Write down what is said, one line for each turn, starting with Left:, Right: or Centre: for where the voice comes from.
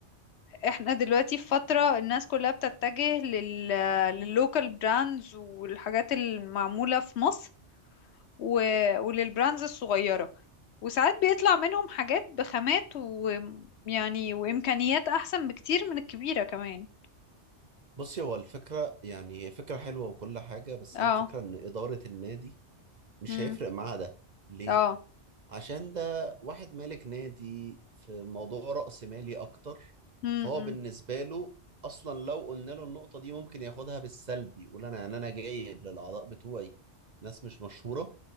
Left: احنا دلوقتي في فترة الناس كلها بتتجه لل لللوكال براندز والحاجات المعمولة في مصر و... وللبراندز الصغيرة وساعات بيطلع منهم حاجات بخامات ويعني وإمكانيات أحسن بكتير من الكبيرة كمان
Right: بصي هو الفكرة يعني هي فكرة حلوة وكل حاجة بس
Left: اه
Right: هي الفكرة إن إدارة النادي مش
Left: مم.
Right: هيفرق معاها ده ليه؟
Left: اه
Right: عشان ده واحد مالك نادي في موضوع رأس مالي أكتر
Left: مم.
Right: فهو بالنسبة له أصلا لو قلنا له النقطة دي ممكن ياخدها بالسلب يقول أنا يعني أنا جايب للأعضاء بتوعي ناس مش مشهورة